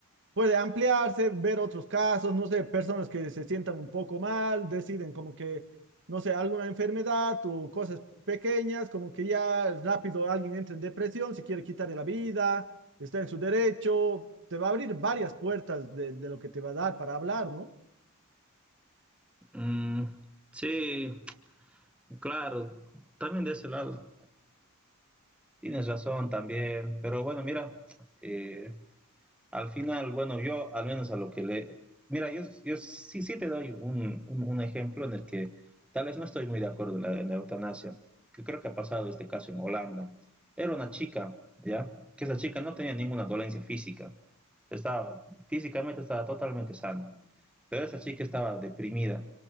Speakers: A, on the right (about 55°); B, in the centre.
A: puede ampliarse, ver otros casos, no sé, personas que se sientan un poco mal, deciden como que, no sé, alguna enfermedad o cosas pequeñas, como que ya rápido alguien entra en depresión, se quiere quitar de la vida, está en su derecho, te va a abrir varias puertas de, de lo que te va a dar para hablar, ¿no?
B: Mm, sí, claro, también de ese lado. Tienes razón también, pero bueno, mira, eh, al final, bueno, yo al menos a lo que le... Mira, yo, yo sí, sí te doy un, un, un ejemplo en el que tal vez no estoy muy de acuerdo en la, en la, eutanasia, que creo que ha pasado este caso en Holanda. Era una chica, ¿ya? Que esa chica no tenía ninguna dolencia física. Estaba, físicamente estaba totalmente sana, pero esa chica estaba deprimida,